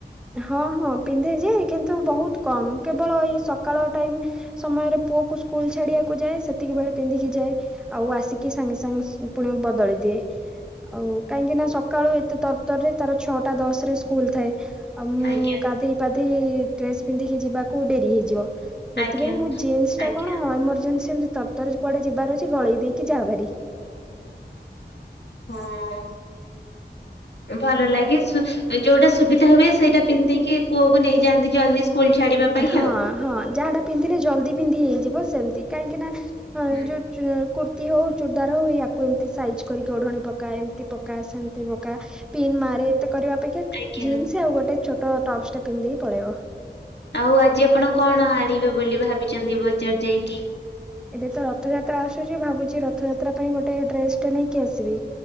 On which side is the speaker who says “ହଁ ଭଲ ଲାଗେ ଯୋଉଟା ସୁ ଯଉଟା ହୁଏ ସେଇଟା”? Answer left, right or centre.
Left